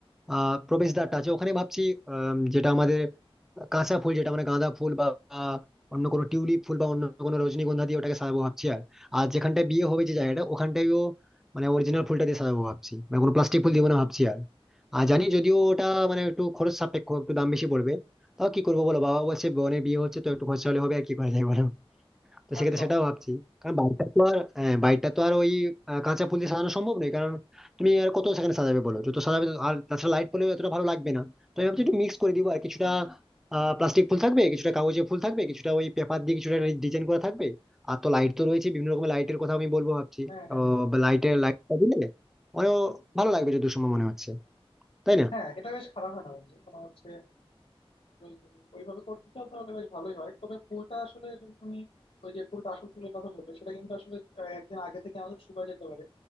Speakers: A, in the centre; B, on the left.
A: আহ, প্রবেশদ্বারটা আছে ওখানে ভাবছি আম, যেটা আমাদের কাঁচা ফুল যেটা মানে গাঁদা ফুল বা আহ, অন্য কোনো টিউলিপ ফুল বা অন্য কোনো রজনীগন্ধা দিয়ে ওটাকে সাজাবো ভাবছি আর আর যেখানটায় বিয়ে হবে যে জায়গাটা ওখানটায়ও মানে অরিজিনাল ফুলটা দিয়ে সাজাবো ভাবছি মানে কোনো প্লাস্টিক ফুল দিব না ভাবছি আর আর জানি যদিও ওটা মানে একটু খরচ সাপেক্ষ একটু দাম বেশি পড়বে তাও কি করবো বলো বাবা বলছে বোনের বিয়ে হচ্ছে তো একটু খরচা হলে হবে আর কি করা যায় বলো তো
B: আরে
A: সেক্ষেত্রে
B: সমস্যা
A: সেটাও ভাবছি
B: নেই
A: কারণ বাড়িটা তো আর হ্যাঁ বাড়িটা তো আর ওই আহ, কাঁচা ফুল দিয়ে সাজানো সম্ভব নয় কারণ তুমি আর কত সেখানে সাজাবে বলো যত সাজাবে তত- আর তাছাড়া লাইট পড়লেও এতটা ভালো লাগবে না তো আমি ভাবছি একটু মিক্স করে দিব আর কিছুটা প্লাস্টিক ফুল থাকবে কিছুটা কাগজের ফুল থাকবে কিছুটা ওই পেপার দিয়ে কিছুটা ডিজাইন করা থাকবে আর তো লাইট তো রয়েছে বিভিন্ন রকমের লাইটের কথা আমি বলবো ভাবছি
B: হ্যাঁ হ্যাঁ হ্যাঁ
A: লাইটের লাইটটা দিলে অনেক ভালো লাগবে যদি সময় মনে হচ্ছে তাই না
B: হ্যাঁ এটা বেশ খারাপ হয় না বন্ধু তোমার হচ্ছে যদি তুমি ওইভাবে করতে চাও তাহলে বেশ ভালোই হয় তবে ফুলটা আসলে যদি তুমি ওই যে ফুলটা আসল ফুলের কথা বললে সেটা কিন্তু আসলে আহ, একদিন আগে থেকে আনলে শুকায় যেতে পারে